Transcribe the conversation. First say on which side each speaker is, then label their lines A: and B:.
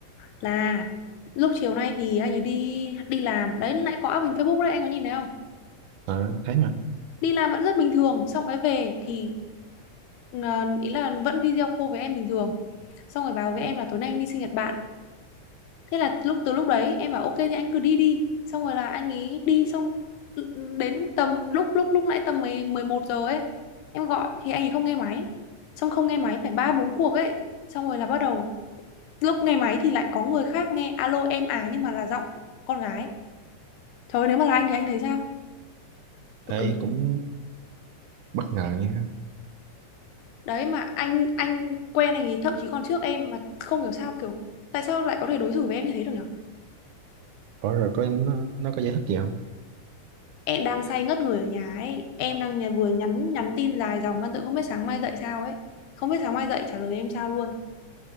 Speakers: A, on the left; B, on the right.
A: là lúc chiều nay thì anh ấy đi đi làm đấy nãy có up hình Facebook đấy anh có nhìn thấy không
B: Ờ, thấy mà.
A: đi làm vẫn rất bình thường xong cái về thì ờ, ý là vẫn video call với em bình thường xong rồi báo với em là tối nay anh đi sinh nhật bạn thế là lúc từ lúc đấy em bảo ok thì anh cứ đi đi xong rồi là anh ý đi xong tự- ừ, đến tầm lúc lúc lúc nãy tầm mười 11 giờ ấy em gọi thì anh ấy không nghe máy xong không nghe máy phải ba bốn cuộc ấy xong rồi là bắt đầu lúc nghe máy thì lại có người khác nghe alo em à nhưng mà là giọng con gái trời ơi, nếu mà là anh thì anh thấy sao Tôi cầm-
B: Ê, cũng bất ngờ nha.
A: đấy mà anh anh quen anh ấy thậm chí còn trước em mà không hiểu sao kiểu tại sao lại có thể đối xử với em như thế được nhỉ
B: Có rồi có nó, nó có giải thích gì không?
A: em đang say ngất người ở nhà ấy em đang nhà vừa nhắn nhắn tin dài dòng văn tự không biết sáng mai dậy sao ấy không biết sáng mai dậy trả lời em sao luôn